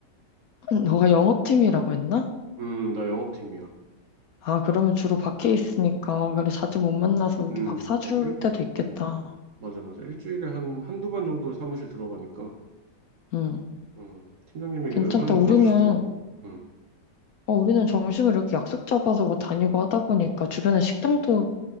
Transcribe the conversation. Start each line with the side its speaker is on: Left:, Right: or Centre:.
Left: <laughs>
Right: 어,
Left: 너가 영업팀이라고 했나?
Right: 음, 나 영업팀이야.
Left: 아, 그러면 주로 밖에 있으니까, 그래, 자주 못 만나서 이렇게
Right: 음,
Left: 밥 사줄
Right: 맞아. 일,
Left: 때도 있겠다.
Right: 음, 맞아, 맞아. 일주일에 한, 한두 번 정도 사무실 들어가니까,
Left: 응.
Right: 음, 팀장님이
Left: 괜찮다.
Right: 웬만하면
Left: 우리는,
Right: 사주시더라고. 음,
Left: 어, 우리는 점심을 이렇게 약속 잡아서 뭐 다니고 하다 보니까 주변에 식당도